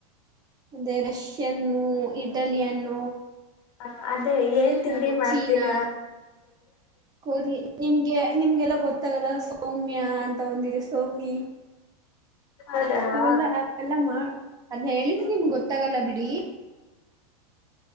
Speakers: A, on the right (about 20°); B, on the left (about 55°).
A: ಅದೇ ರಶಿಯನ್ನು ಇಟಾಲಿಯನ್ನು
B: ಹ ಅಂದೆ ಏನ್ ತಿಂಡಿ ಮಾಡ್ತೀರಾ
A: ಚೀನಾ ಕೊರಿಯ ನಿಮ್ಗೆ ನಿಮ್ಗೆಲ್ಲ ಗೊತ್ತಾಗಲ್ಲ ಸೌಮ್ಯ ಅಂತ ಒಂದಿದೆ ಸೌಮಿ
B: ಹೌದಾ
A: ಅವೆಲ್ಲ ಅವೆಲ್ಲ ಮಾಡ ಅದ್ನ್ ಹೇಳಿದ್ರ ನಿಮಗ ಗೊತ್ತಾಗಲ್ಲ ಬಿಡಿ.